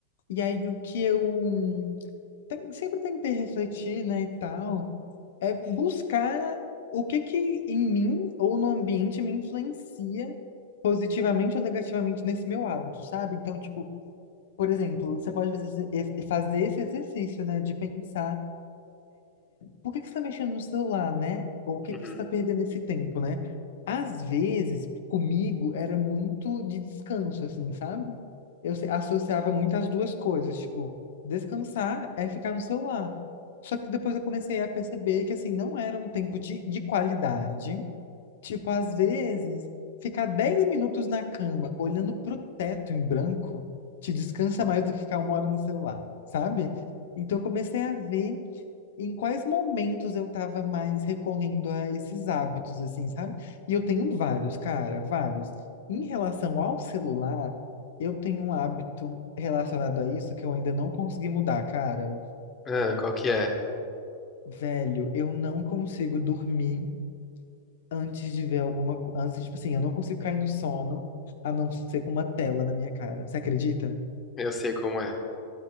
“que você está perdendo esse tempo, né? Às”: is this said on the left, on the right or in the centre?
Left